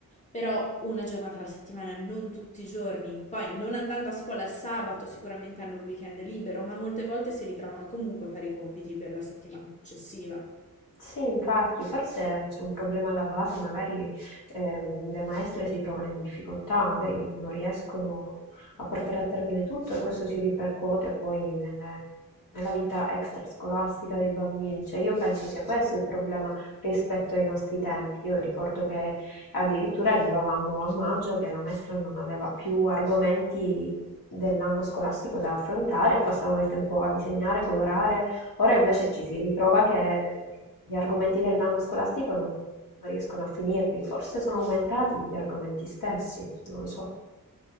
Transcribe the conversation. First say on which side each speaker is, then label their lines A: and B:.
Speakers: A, on the left; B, on the left.
A: però una giornata alla settimana, non tutti i giorni. Poi non andando a scuola il sabato sicuramente hanno il weekend libero, ma molte volte si ritrovano comunque a fare i compiti per la settimana successiva.
B: Sì, infatti, forse c'è un problema alla base, magari ehm, le maestre si trovano in difficoltà, magari non riescono a portare a termine tutto e questo si ripercuote poi nelle- nella vita extrascolastica dei bambini. Cioè, io penso sia questo il problema rispetto ai nostri tempi. Io ricordo che addirittura arrivavamo a maggio che la maestra non aveva più argomenti dell'anno scolastico da affrontare, e passavamo il tempo a disegnare, colorare Ora invece ci si ritrova che gli argomenti dell'anno scolastico non, non riescono a finirli, forse sono aumentati gli argomenti stessi, non lo so.